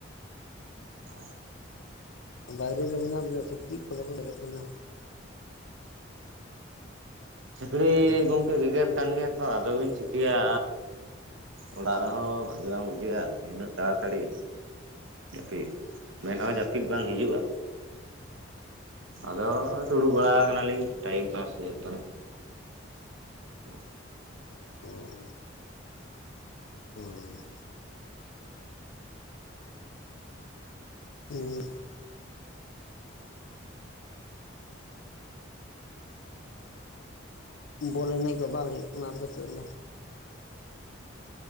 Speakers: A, on the right (about 75°); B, on the left (about 70°).
A: ᱚ
B: ᱵᱟᱭᱨᱮ ᱨᱮ ᱢᱮᱱᱟᱜ ᱵᱤᱱᱟ ᱥᱤᱠᱲᱤᱡ ᱠᱚ ᱵᱟᱠᱚ ᱜᱮᱨᱮᱫ ᱵᱤᱱᱟ
A: ᱥᱤᱠᱲᱤ
B: ᱦᱮᱸ
A: ᱜᱚᱢᱠᱮ ᱜᱮᱜᱮᱨ ᱠᱟᱱ ᱜᱮᱭᱟ ᱛᱚ ᱟᱫᱚ ᱵᱤᱱ ᱪᱤᱠᱟᱹᱭᱟ ᱚᱲᱟᱜ ᱨᱮᱦᱚᱸ ᱵᱷᱟᱜᱤ ᱵᱟᱝ ᱵᱩᱡᱷᱟᱹᱜᱼᱟ ᱱᱤᱱᱟᱹᱜ ᱛᱟᱲᱟᱛᱟᱲᱤ ᱡᱟᱹᱯᱤᱫ ᱢᱮᱱ ᱦᱚᱸ ᱡᱟᱹᱯᱤᱫ ᱵᱟᱝ ᱦᱤᱡᱩᱜᱼᱟ ᱟᱫᱚ ᱫᱩᱲᱩᱵ ᱵᱟᱲᱟ ᱠᱟᱱᱟᱞᱤᱧ ᱴᱟᱭᱤᱢ ᱯᱟᱥ ᱦᱩᱭᱩᱜ ᱠᱟᱱᱟ ᱦᱩᱸ
B: ᱚᱨ ᱚᱸ ᱤ ᱵᱚᱞ ᱮᱱᱮᱡ ᱠᱚ ᱵᱟᱝ ᱦᱩᱭᱩᱜ ᱠᱟᱱᱟ ᱟᱯᱮ ᱥᱮᱫ ᱫᱚ